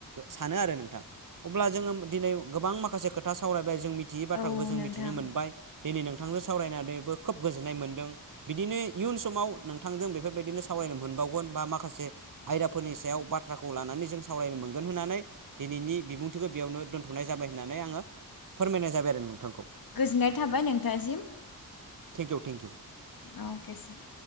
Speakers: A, on the right; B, on the left.
A: सानो आरो नोंथां अब्ला जोङो दिनै गोबां माखासे खोथा सावराय ओमफ्राय जों मिथियै बाथ्राखौबो
B: औ
A: जों
B: नोंथां
A: मिथिनो मोनबाय दिनै नोंथांजों सावरायनानैबो खोब गोजोननाय मोनदों बिदिनो इयुन समाव नोंथांजों बेफोरबायदिनो सावरायनो मोनबावगोन बा माखासे आयदाफोरनि सायाव बाथ्राखौ लानानै जों सावरायनो मोनगोन होननानै दिनैनि बिबुंथिखौ बेयावनो दोनथनाय जाबाय होननानै आङो फोरमायनाय जाबाय आरो नोंथांखौ
B: गोजोननाय थाबाय नोंथांसिम
A: thank you thank you
B: okay sir